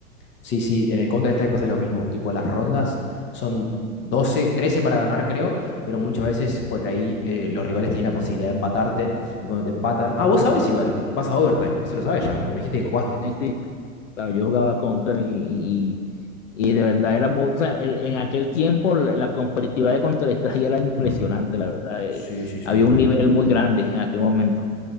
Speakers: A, on the left (about 25°); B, on the left (about 55°).
A: Sí, sí, en el Counter-Strike pasa lo mismo, tipo las rondas son 12 13 para ganar creo, pero muchas veces por ahí eh, los rivales tienen la posibilidad de empatarte y cuando te empatan, ah, vos sabés igual, eh, vas a overtime, eso lo sabes ya, porque me dijiste que jugaste.
B: Sí, sí. Claro, yo jugaba Counter y, y, y de verdad era muy, o sea, el- en aquel tiempo la, la competitividad de Counter-Strike era impresionante,
A: Ujú.
B: la verdad. eh,
A: Sí, sí, sí.
B: había un nivel muy grande en aquel momento.